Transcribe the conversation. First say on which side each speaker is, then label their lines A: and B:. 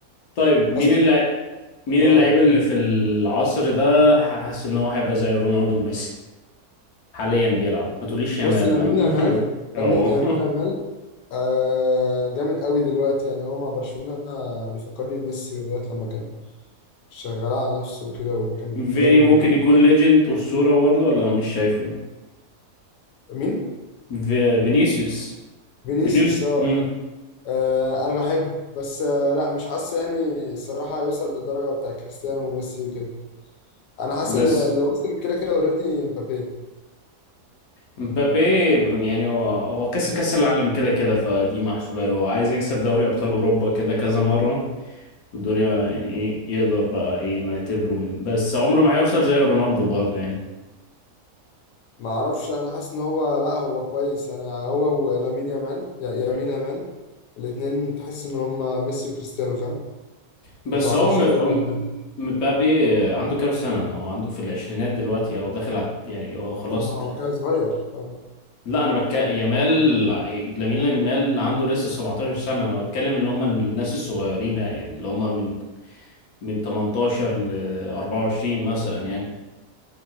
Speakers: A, on the left; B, on the left.
A: طيب مين
B: أصلا
A: اللع... مين
B: أه
A: اللعيب اللي في العصر ده حاسس ان هو هيبقى زي رونالدو وميسي حاليا بيلعب ما تقوليش يامال
B: بص لامين
A: بقى <laughs>
B: يامال
A: اه
B: لامين لامين يامال آه جامد قوي دلوقتي يعني هو مع برشلونة آه، بيفكرني بميسي لغاية لما كان شغال على نفسه كده وكان
A: فيني
B: دايما بيجيب
A: ممكن يكون ليجند أسطورة برضه ولا مش شايفه
B: مين؟
A: في... فينيسيوس
B: فينيسيوس
A: فينيوس
B: اه
A: مم.
B: آه، انا بحبه بس آه لا مش حاسس يعني الصراحة هيوصل للدرجة بتاع كريستيانو وميسي وكده انا حاسس
A: بس
B: اللي اللي وصل كده كده اوريدي مبابي
A: مبابي يعني هو هو كسب كأس العالم كده كده فدي محسوبة له عايز يكسب دوري أبطال أوروبا كده كذا مرة والدنيا يعني إيه يقدر بقى إيه إنه يعتبره من بس عمره ما هيوصل زي رونالدو برضه يعني
B: ما اعرفش انا حاسس ان هو لا هو كويس يعني هو ولامين يامال يا- يامين يامال الاتنين تحس ان هم ميسي وكريستيانو فاهم
A: بس
B: بتاع
A: هو
B: برشلونة
A: م...
B: ريال
A: م...
B: بالظبط مدريد
A: مبابي عنده كام سنة؟ هو عنده في العشرينات دلوقتي أو داخل على يعني هو خلاص
B: طب ما هو كان صغير اه
A: لا انا بتكلم يامال لامين يامال عنده لسه 17 سنه انا بتكلم اللي هم الناس الصغيرين يعني اللي هم من من 18 ل 24 مثلا يعني